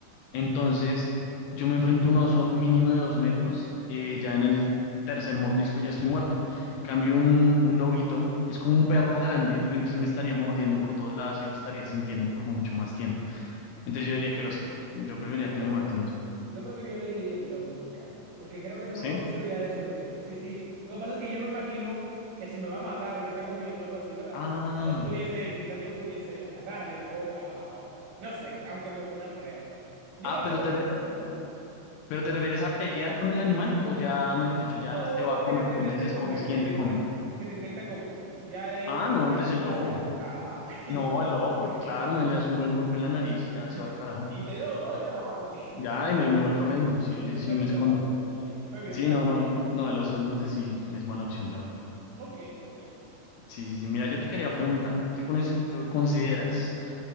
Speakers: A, on the left; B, on the right.
A: Entonces, yo me enfrento a un oso mínimo de dos metros, eh, ya en el tercer mordisco ya estoy muerto. Cambio un, un lobito, es como un perro grande, pero entonces
B: Sí.
A: me estaría mordiendo por todos lados y lo estaría sintiendo por mucho más tiempo. Entonces yo diría que el oso, yo preferiría
B: Yo, yo
A: que
B: creo
A: me mate
B: que
A: un oso.
B: Yo creo que yo elegiría el lobo en mi caso, porque creo que tengo
A: ¿Sí?
B: más posibilidades de sobrevivir. Sí, sí. Lo que pasa es que yo me imagino que si me va a matar, me está comiendo algo así, ¿verdad?
A: Ah,
B: Quizás pudiese, quizás yo pudiese agarrarle la boca, o- o- no sé, aunque me- no creo. Yo
A: ah,
B: creo
A: pero
B: que me
A: te, re-
B: iría de las dos formas.
A: pero te refieres a pelear con el animal o ya, mejor dicho, ya
B: No,
A: te va a comer,
B: que te
A: pero
B: intente
A: entonces escoges
B: comer,
A: quién
B: que
A: te
B: te
A: come.
B: intente, que te intente comer. Ya de ahí
A: Ah,
B: para
A: no, entonces
B: allá tú
A: el
B: decides,
A: lobo.
B: ah, <laughs>
A: No, el lobo, porque claro, me le das un buen golpe en la nariz y ya se
B: y,
A: va al carajo.
B: y te no, no, y te va, porque <laughs>
A: Ay, me, me voy corriendo. Sí, sí,
B: no te
A: sí,
B: puedes
A: me
B: quedar
A: escondo.
B: ahí, no te puedes quedar ahí. Pues bien,
A: Sí,
B: está
A: no,
B: bien.
A: no, el- no, el oso entonces sí es mala opción, la verdad.
B: Ok, ok,
A: Sí, sí, sí. Mira, yo te quería preguntar, ¿te, conoce- te consideras